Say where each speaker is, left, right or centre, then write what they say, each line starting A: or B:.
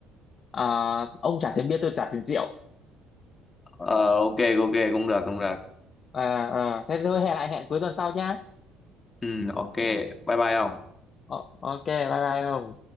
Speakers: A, on the left; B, on the left.
A: à, ông trả tiền bia tôi trả tiền rượu
B: Ờ ok ok cũng được cũng được.
A: à, à, thế thôi hẹn lại hẹn cuối tuần sau nhá
B: Ừ ok. Bye bye ông.
A: Ờ, ok bye bye không